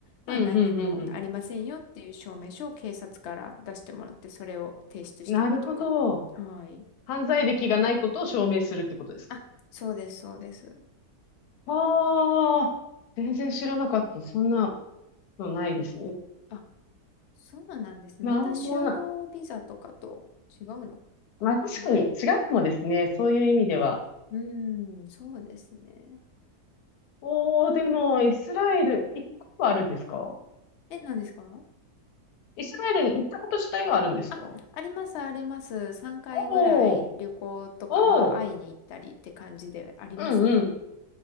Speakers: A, on the left; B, on the left.
A: まあ何もありませんよっていう証明書を警察から出してもらって、
B: うんうんうんう
A: それを提出したりとか。
B: ん。なるほど。
A: はい。
B: 犯罪歴がないことを証明するってことですか。
A: あ、そうです、そうです。
B: ああ、全然知らなかった。そんなのないですね。
A: あ、そうなんですね。
B: なんもない。
A: また就労ビザとかと違うのかな
B: まあ確かに違うかもですね。そういう意味では。
A: うん、うーんそうですね。
B: おー、でも、イスラエル、一個はあるんですか
A: え、何ですか
B: イスラエルに行ったこと自体があるんですかお
A: あ、あります、あります。3回ぐらい旅行とか、
B: ー、お
A: まあ、会いに行ったりって感じでありますね。
B: ー、うんうん。